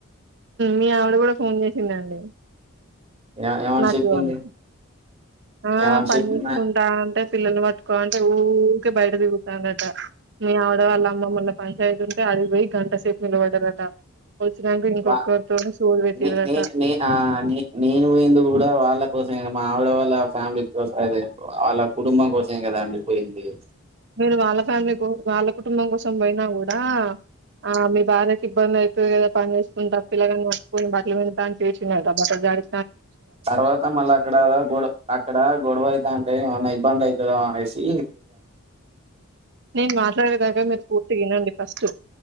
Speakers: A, on the right; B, on the right.
A: మీ ఆవిడ కూడా ఫోన్ చేసిందండి
B: ఏ ఏమని
A: నాకు
B: చెప్పింది
A: ఇయ్యాల ఆ
B: ఏమని
A: పన్న
B: చెప్పిందా
A: చేసుకుంటా ఉంటే పిల్లని పట్టుకో అంటే ఊరికే బయట దిగుతానట మీ ఆవిడ వాళ్ళ అమ్మమ్మల్ల పంచాయిత ఉంటే అది పోయి గంటసేపు నిలబడ్డారుట వచ్చినాక ఇంకొకరితో
B: బా
A: సోది పెట్టిరట
B: ని ని ని అ నేను మీందు కూడా వాళ్ళ కోసం మా ఆవిడ వాళ్ళ ఫ్యామిలీ కోసం అదే వాళ్ళ కుటుంబం కోసమేం కదా అండిపోయింది
A: మీరు వాళ్ళ ఫ్యామిలీ కో వాళ్ళ కుటుంబం కోసం పోయినా కూడా ఆ మీ బాధ్యకి ఇబ్బంది అయితుంది కదా పని చేస్తున్నంట తప్పిల్లగాని మట్కుని బట్టలు వితా అని చేసిన బట్ట జడి
B: తర్వాత మళ్ళీ అక్కడ గొడ అక్కడ గొడవ అయిత అంటే ఏమన్నా ఇబ్బంది అయిత లేచి
A: న మాట్లాడేదాగా మీరు పూర్తిగానాండి ఫస్ట్